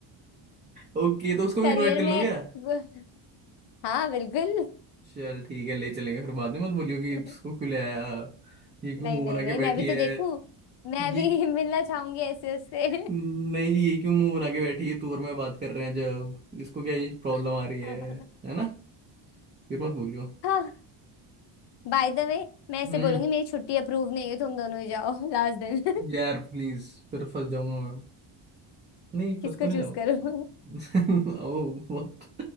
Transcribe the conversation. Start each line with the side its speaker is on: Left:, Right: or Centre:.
Right: ओके
Left: <laughs>
Right: तो उसको भी
Left: करियर
Right: इनवाइट कर
Left: में
Right: लो क्या
Left: वो- हाँ बिल्कुल
Right: चल ठीक है ले चलेंगे फिर बाद में मत बोलियो कि
Left: <laughs>
Right: उसको क्यों ले आया ये क्यों
Left: नहीं
Right: मुंह
Left: नहीं
Right: बना
Left: नहीं
Right: के
Left: मैं
Right: बैठी
Left: भी
Right: है
Left: तो देखूं मैं
Right: ये
Left: भी <laughs> मिलना चाहूंगी ऐसे उससे
Right: नहीं कि ये क्यों मुंह बना के बैठी है तू और मैं बात कर रहे हैं जब इसको क्या ये प्रॉब्लम
Left: <laughs>
Right: आ रही है है ना फिर मत बोलियो
Left: हाँ बाय द वे मैं ऐसे
Right: हम्म
Left: बोलूंगी मेरी छुट्टी अप्रूव नहीं हुई तुम दोनों ही जाओ <laughs> लास्ट दिन <laughs>
Right: यार प्लीज फिर फंस जाऊंगा मैं नहीं फंस
Left: किसको
Right: तो नहीं
Left: चूज करूं
Right: जाऊंगा <laughs> ओ बहुत